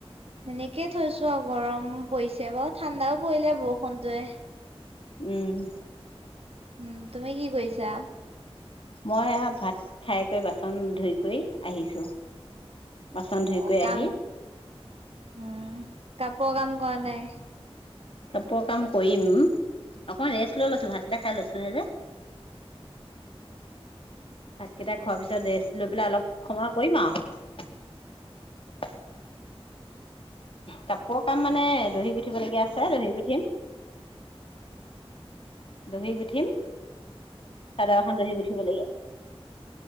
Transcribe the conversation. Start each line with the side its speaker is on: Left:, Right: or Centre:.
Right: এনেকে থৈছো আৰু গৰম পৰিছে বাৰু ঠাণ্ডাও পৰিলে বৰষুণটয়ে
Left: উম
Right: উম তুমি কি কৰিছা
Left: মই ভাত খাই কৰি বাচন ধুই কৰি আহিছো বাচন ধুইকৈ
Right: অ কাম
Left: আহি
Right: উম। কাপোৰ কাম কৰা নাই।
Left: কাপোৰৰ কাম কৰিম অকমান ৰেষ্ট লৈ লৈছো ভাতকেইটা খাই লৈছো হে যে। ভাট গোটা খোৱা পিছত ৰেষ্ট লৈ পেলাই অলপ সময় কৰিম আৰু। কাপোৰ কাম মানে দহি গুঠিবলগীয়া আছে দহি গুঠিম। দহি গুঠিম চাদৰখন দহি গুঠিব লাগীয়া।